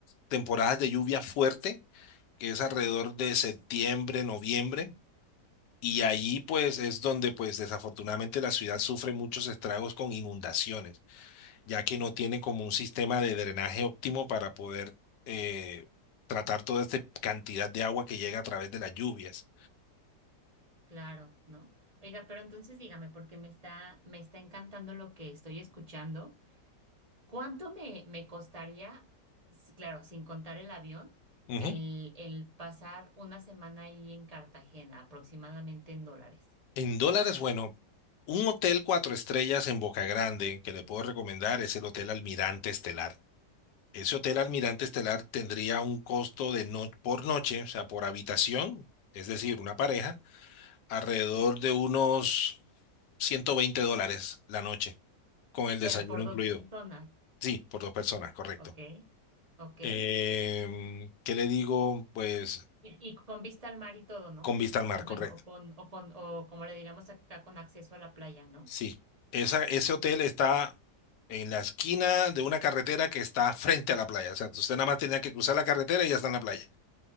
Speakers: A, on the left; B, on the right.
A: temporadas de lluvia fuerte, que es alrededor de septiembre, noviembre, y ahí pues es donde pues desafortunadamente la ciudad sufre muchos estragos con inundaciones, ya que
B: ok,
A: no tiene como un sistema de drenaje óptimo para poder eh, tratar toda esta cantidad de agua que llega a través de las lluvias.
B: Claro, ¿no? Oiga, pero entonces dígame, porque me está, me está encantando lo que estoy escuchando. ¿Cuánto me, me costaría, s- claro, sin contar el avión,
A: Ujú.
B: el, el pasar una semana ahí en Cartagena, aproximadamente en dólares?
A: En dólares, bueno, un hotel cuatro estrellas en Boca Grande que le puedo recomendar es el Hotel Almirante Estelar. Ese hotel Almirante Estelar tendría un costo de no, por noche, o sea, por habitación, es decir, una pareja, alrededor de unos 120 dólares la noche, con el desayuno
B: Pero por dos
A: incluido.
B: personas,
A: Sí, por dos personas, correcto.
B: ¿ok? ¿Ok? Y,
A: Em, ¿qué le digo? Pues
B: y con vista al mar y todo, ¿no?
A: con vista al mar,
B: O
A: correcto.
B: bueno, o con, o con, o como le diríamos acá, con acceso a la playa, ¿no?
A: Sí, Esa- ese hotel está en la esquina de una carretera que está frente a la playa. O sea, usted nada más tenía que cruzar la carretera y ya está en la playa.